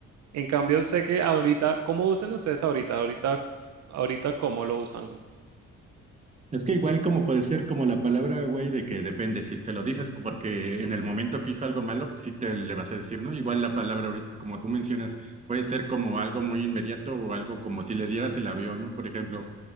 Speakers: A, on the right; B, on the right.
A: En cambio, sé que ahorita, ¿cómo usan ustedes ahorita? Ahorita, ahorita, ¿cómo lo usan?
B: Es que igual como puede ser como la palabra, güey, de que depende, si te lo dices cu- porque en el momento que hizo algo malo, pues sí te le vas a decir, ¿no? Igual la palabra ahorita, como tú mencionas, puede ser como algo muy inmediato o algo como si le dieras el avión, ¿no? Por ejemplo,